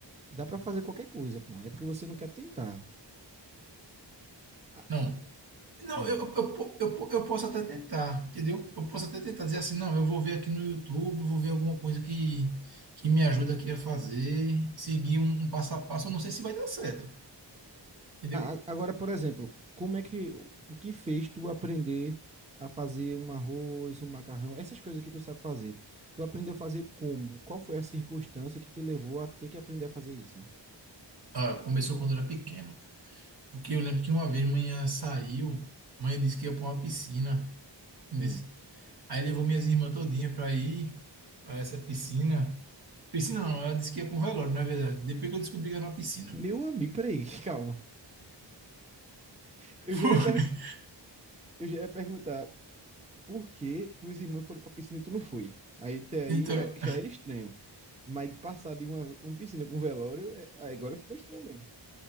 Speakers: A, on the right; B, on the right.
A: Dá pra fazer qualquer coisa, pô. É porque você não quer tentar. Ah,
B: Não, Não,
A: hum.
B: eu, eu, po- eu, po- eu posso até tentar, entendeu? Eu posso até tentar dizer assim, não, eu vou ver aqui no YouTube, vou ver alguma coisa que, que me ajuda aqui a fazer, seguir um, um passo a passo, eu não sei se vai dar certo, entendeu?
A: A- a- Agora, por exemplo, como é que o o que fez tu aprender a fazer um arroz, um macarrão, essas coisas que tu sabe fazer? Tu aprendeu a fazer como? Qual foi a circunstância que te levou a ter que aprender a fazer isso?
B: Ah, começou quando eu era pequeno, porque eu lembro que uma vez manhã saiu, mãe disse que ia para uma piscina, entendeu?
A: Hum.
B: Aí levou minhas irmãs todinha para ir para essa piscina. Piscina não, ela disse que ia para um velório, na verdade, depois que eu descobri que era uma piscina.
A: Meu amigo, peraí, <laughs> calma. Eu já
B: <laughs>
A: ia, per- eu já ia perguntar por que tuas irmãs foram pra piscina e tu não foi. Aí até aí
B: Então,
A: já, já era estranho. Mas passar de uma, uma piscina pra um velório, é- aí agora ficou estranho mesmo.